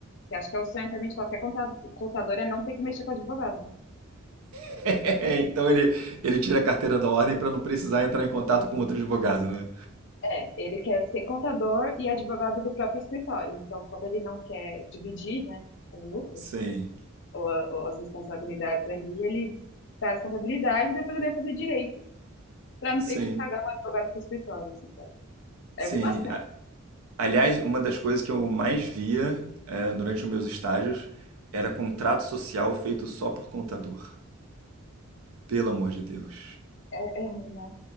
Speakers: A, on the left (about 55°); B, on the right (about 85°).
A: Que acho que é o sonho também de qualquer conta- contador é não ter que mexer com advogado.
B: <laughs> Então ele, ele tira a carteira da ordem para não precisar entrar em contato com outro advogado, né?
A: É, ele quer ser contador e advogado do próprio escritório. Então, quando ele não quer dividir, né, o lucro
B: Sim,
A: ou, a- ou as responsabilidades ali, ele faz contabilidade e depois ele vai fazer direito para não
B: sim,
A: ter que pagar um advogado pro escritório. Assim, sabe?
B: sim.
A: Eu vi bastante.
B: A- Aliás, uma das coisas que eu mais via, eh, durante os meus estágios era contrato social feito só por contador. Pelo amor de Deus.
A: É, é ruim, né?